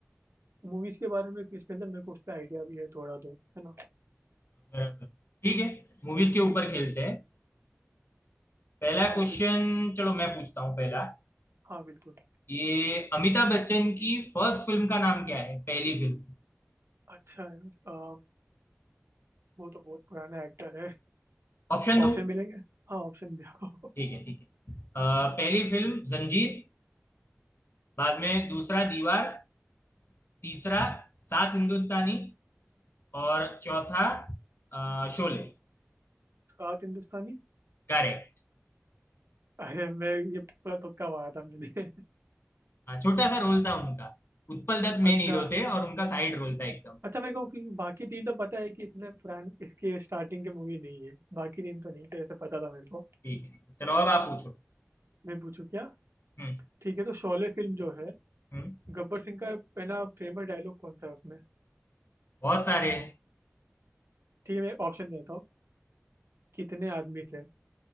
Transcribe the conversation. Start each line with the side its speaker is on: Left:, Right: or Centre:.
Right: मूवीज के बारे में क्विज खेलते हैं, मेरे को उसका आइडिया भी है थोड़ा तो है ना
Left: बराबर ठीक है मूवीज के ऊपर खेलते हैं पहला
Right: हाँ
Left: क्वेश्चन
Right: बिल्कुल
Left: चलो मैं पूछता हूँ पहला
Right: हाँ बिल्कुल
Left: ये अमिताभ बच्चन की फर्स्ट फिल्म का नाम क्या है पहली फिल्म
Right: अच्छा है आ, वो तो बहुत पुराना एक्टर है
Left: ऑप्शन दो
Right: ऑप्शन मिलेंगे हाँ ऑप्शन दे <laughs>
Left: ठीक है ठीक है अ, पहली फिल्म जंजीर बाद में दूसरा दीवार तीसरा सात हिंदुस्तानी और चौथा अ, शोले
Right: सात हिंदुस्तानी
Left: करेक्ट
Right: अरे मैं ये पूरा तुक्का मारा था मैंने
Left: हाँ छोटा सा रोल था उनका उत्पल
Right: <laughs>
Left: दत्त मेन
Right: अच्छा
Left: हीरो थे और उनका साइड रोल था एकदम
Right: अच्छा मेरे को कि बाकी तीन तो पता है कि इतने पुराने इसके स्टार्टिंग के मूवी नहीं है बाकी तीन तो नहीं थे ऐसे पता था मेरे को
Left: ठीक है चलो अब आप पूछो
Right: मैं पूछूं क्या
Left: हम्म
Right: ठीक है तो शोले फिल्म जो है
Left: हम्म
Right: गब्बर सिंह का पहला फेमस डायलॉग कौन सा है उसमें
Left: बहुत सारे हैं
Right: ठीक है मैं ऑप्शन देता हूँ कितने आदमी थे